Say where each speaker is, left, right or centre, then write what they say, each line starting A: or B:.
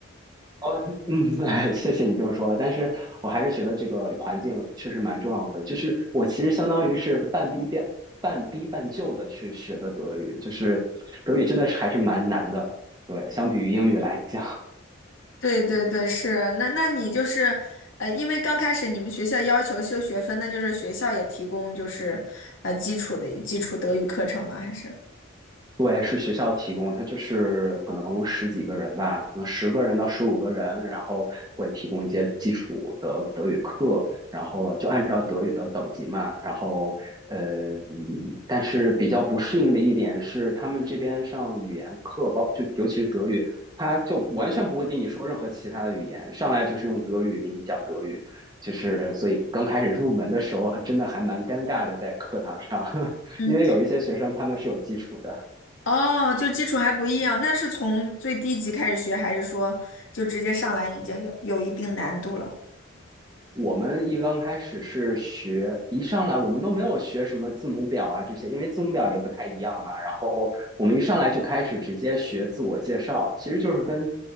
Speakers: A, on the right (about 20°); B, on the left (about 75°).
A: 哦，嗯，<laughs> 哎，谢谢你这么说了，但是我还是觉得这个环境确实蛮重要的。就是我其实相当于是半逼变半逼半就的去学的德语，就是德语真的是还是蛮难的，对，相比于英语来讲。
B: 对对对，是啊。那那你就是，呃，因为刚开始你们学校要求修学分，那就是学校也提供就是呃基础的基础德语课程吗？还是？
A: 对，是学校提供，它就是可能十几个人吧，可能十个人到十五个人，然后会提供一些基础的德语课，然后了就按照德语的等级嘛，然后呃，嗯，但是比较不适应的一点是，他们这边上语言课，包就尤其是德语，他就完全不会跟你说任何其他的语言，上来就是用德语给你讲德语，就是所以刚开始入门的时候，还真的还蛮尴尬的，在课堂上，<laughs>
B: 嗯，
A: 因为有一些学生他们是有基础的。
B: 哦，就基础还不一样，那是从最低级开始学，还是说就直接上来已经有有一定难度了？
A: 我们一刚开始是学，一上来我们都没有学什么字母表啊这些，因为字母表也不太一样嘛。然后我们一上来就开始直接学自我介绍，其实就是跟